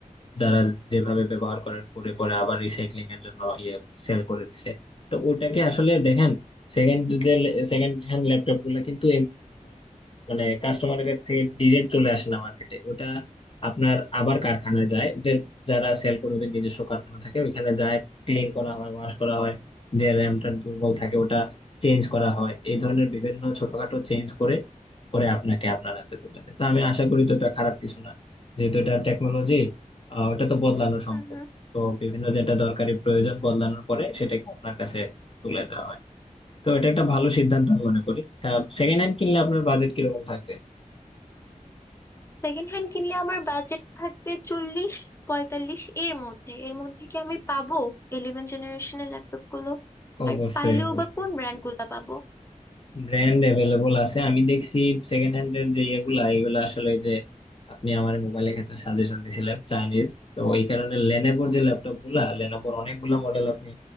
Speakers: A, on the left (about 40°); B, on the left (about 20°).
A: যারা
B: হুম
A: যেভাবে ব্যবহার করেন করে পরে আবার রিসাইক্লিং এর জন্য ইয়ে সেল করে দিছে তো ওটাকে আসলে দেখেন সেকেন্ড যে সেকেন্ড হ্যান্ড ল্যাপটপ গুলা কিন্তু মানে কাস্টমারের কাছ থেকে ডিরেক্ট চলে আসে না মার্কেটে ওটা আপনার আবার কারখানায় যায় ওদের যারা সেল করে ওদের নিজস্ব কারখানা থাকে ওইখানে যায় ক্লিন করা হয় ওয়াশ করা হয় যে র্যামটা দুর্বল থাকে ওটা চেঞ্জ করা হয় এই ধরনের বিভিন্ন ছোটখাটো চেঞ্জ করে করে আপনাকে আপনার হাতে তুলে দেয় তো আমি আশা করি তো এটা খারাপ কিছু না যেহেতু এটা টেকনোলজি ওটা তো বদলানো সম্ভব
B: হুম হুম।
A: তো বিভিন্ন যেটা দরকারি প্রয়োজন বদলানোর পরে সেটাকে আপনার কাছে তুলে দেওয়া হয় তো এটা একটা ভালো সিদ্ধান্ত আমি মনে করি সেকেন্ড হ্যান্ড কিনলে আপনার বাজেট কিরকম থাকবে
B: সেকেন্ড হ্যান্ড কিনলে আমার বাজেট থাকবে চল্লিশ পঁয়তাল্লিশ এর মধ্যে এর মধ্যে কি আমি পাবো ইলেভেন জেনারেশনের ল্যাপটপ গুলো
A: অবশ্যই
B: আর পাইলেও
A: অবশ্যই
B: বা কোন ব্র্যান্ড গুলা পাবো
A: ব্র্যান্ড অ্যাভেলেবল আছে আমি দেখছি সেকেন্ড হ্যান্ড এর যে ইয়েগুলা এগুলো আসলে যে আপনি আমার মোবাইলের ক্ষেত্রে সাজেশন দিছিলেন চাইনিজ তো এই কারণে লেনোভোর যে ল্যাপটপ গুলা লেনোভোর অনেকগুলা মডেল আপনি